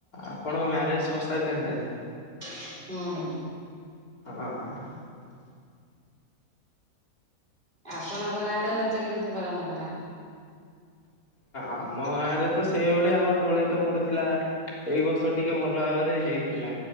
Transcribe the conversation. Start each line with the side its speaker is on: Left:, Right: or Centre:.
Left: ଆପଣଙ୍କ ମ୍ୟାରେଜ ସରି ସାରିଲାଣି ତାହେଲେ?
Right: ହୁଁ।
Left: ହଁ ହଁ।
Right: ଆପଣଙ୍କ ଗାଁରେ ରଜ କେମିତି ପାଳନ କରାହେଲା?
Left: ଆମ ଗାଁରେ ତ ସେଇଭଳି ଆମର ଦୋଳି ତ ପଡିଥିଲା। ଏଇ ବର୍ଷ ଟିକେ ଭଲ ଭାବରେ ହେଇଥିଲା।